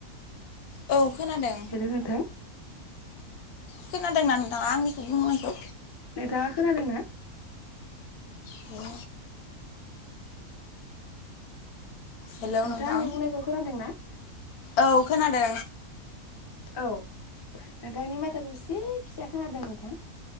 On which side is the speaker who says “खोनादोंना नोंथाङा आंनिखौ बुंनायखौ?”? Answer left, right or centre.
Left